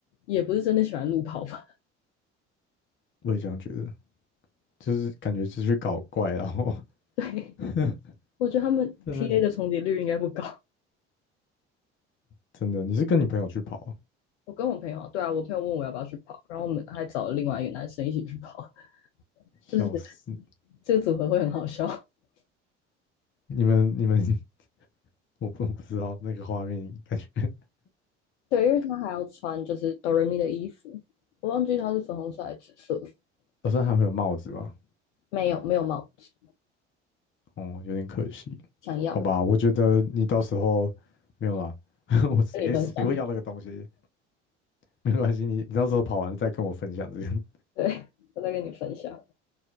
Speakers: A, on the left; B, on the left.
A: 也不是真的喜欢路跑吧？
B: 我也这样觉得，就是感觉是去搞怪啊，然后
A: <laughs> 对，
B: <laughs>
A: 我觉得他们
B: 真的
A: TA 的重叠率应该不高。
B: 真的，你是跟你朋友去跑啊，
A: 我跟我朋友，对啊，我朋友问我要不要去跑，然后我们还找了另外一个男生一起去跑，<laughs>
B: 笑死！
A: 就是这个组合会很好笑。<laughs>
B: 你们你们，<laughs> 我不我不知道那个画面，感觉
A: 对，因为他还要穿就是哆瑞咪的衣服，我忘记他是粉红色还是紫色，
B: 好像还会有帽子吧？
A: 没有，没有没有帽子，
B: 哦，有点可惜，
A: 想要
B: 好吧，我觉得你到时候没有啦，<laughs> 我谁谁会要那个东西？
A: 跟你分享，
B: 没关系，你你到时候跑完再跟我分享这个，
A: <laughs> 对我再跟你分享，